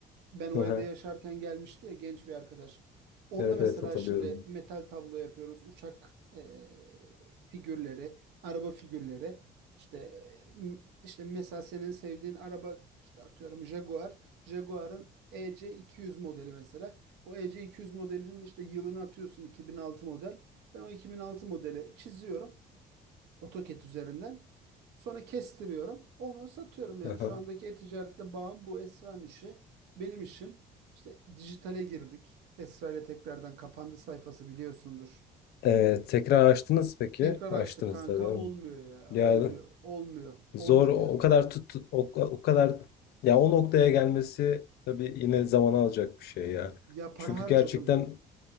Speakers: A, on the right (about 80°); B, on the left (about 70°).
A: Ben o
B: Aha.
A: evde yaşarken gelmişti ya genç bir arkadaş. Onunla
B: Evet
A: mesela
B: evet hatırlıyorum.
A: şimdi metal tablo yapıyoruz. Uçak eee, figürleri, araba figürleri. İşte eee, m- işte mesela senin sevdiğin araba işte atıyorum Jaguar. Jaguar'ın EC200 modeli mesela. O EC200 modelinin işte yılını atıyorsun 2006 model. Ben o 2006 modeli çiziyorum. AutoCAD üzerinden. Sonra kestiriyorum. Onu satıyorum yani
B: Aha.
A: şu andaki e-ticarette bağım bu Esra'nın işi. Benim işim. İşte dijitale girdik. Esra ile tekrardan kapandı sayfası biliyorsundur.
B: Ee, tekrar açtınız peki?
A: Tekrar
B: Açtınız
A: açtık kanka
B: tabii.
A: olmuyor ya.
B: Ya
A: Olmuyor. Olmuyor. Olmadı.
B: zor o kadar tut, tut- o, o kadar ya o noktaya gelmesi tabii yine zaman alacak bir şey ya.
A: Ya para
B: Çünkü
A: harcadım.
B: gerçekten